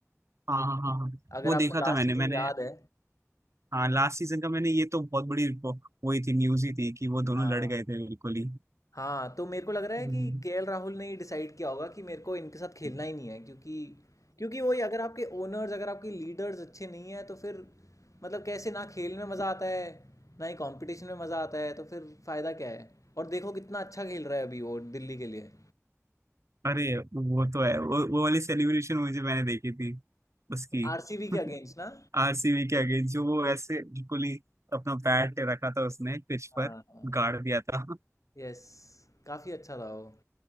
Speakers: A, on the right; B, on the left.
A: हाँ हाँ हाँ हाँ
B: अगर
A: वो
B: आपको
A: देखा
B: लास्ट
A: था मैंने
B: सीज़न
A: मैंने
B: याद है
A: हाँ लास्ट सीजन का मैंने ये तो बहुत बड़ी वो- वही थी न्यूज ही थी कि वो दोनों
B: हाँ।
A: लड़ गए थे बिल्कुल ही
B: हाँ तो मेरे को लग रहा है
A: हम्म।
B: कि केएल राहुल ने ही डिसाइड किया होगा कि मेरे को इनके साथ खेलना ही नहीं है क्योंकि क्योंकि वही अगर आपके ओनर्स अगर आपके लीडर्स अच्छे नहीं हैं तो फिर मतलब कैसे ना खेल में मज़ा आता है ना ही कंपटीशन में मज़ा आता है तो फिर फ़ायदा क्या है और देखो कितना अच्छा खेल रहा है अभी वो दिल्ली के लिए
A: अरे वो तो है वो वो वाली सेलिब्रेशन मुझे मैंने देखी थी उसकी
B: आरसीबी
A: <laughs>
B: के अगेंस्ट ना
A: आरसीबी के अगेंस्ट जो वो ऐसे बिल्कुल ही अपना बैट रखा था उसने पिच
B: हाँ
A: पर
B: हाँ
A: गाड़ दिया था
B: यस काफ़ी अच्छा था वो